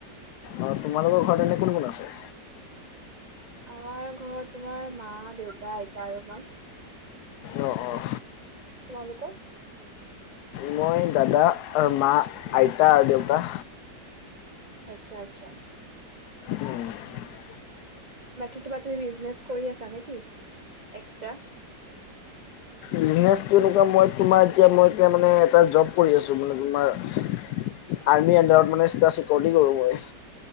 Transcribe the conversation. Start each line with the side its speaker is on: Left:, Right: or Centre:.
Left: আৰু তোমালোকৰ ঘৰত এনে কোন-কোন আছে?
Right: আমাৰ ঘৰত তোমাৰ, মা, দেউতা, আইতা আৰু মই।
Left: অ', অ'।
Right: তোমালোকৰ
Left: মই, দাদা, আৰু মা, আইতা আৰু দেউতা।
Right: আচ্ছা আচ্ছা।
Left: উম।
Right: বাকী, কিবা তুমি বিজনেছ কৰি আছা নেকি এক্সট্ৰা?
Left: বিজনেছটো এনেকুৱা। মই তোমাৰ, এতিয়া মই, এতিয়া মানে, এটা জব কৰি আছোঁ, মানে তোমাৰ আৰ্মিৰ আণ্ডাৰত মানে চিধা চিকিউৰিটি কৰোঁ মই।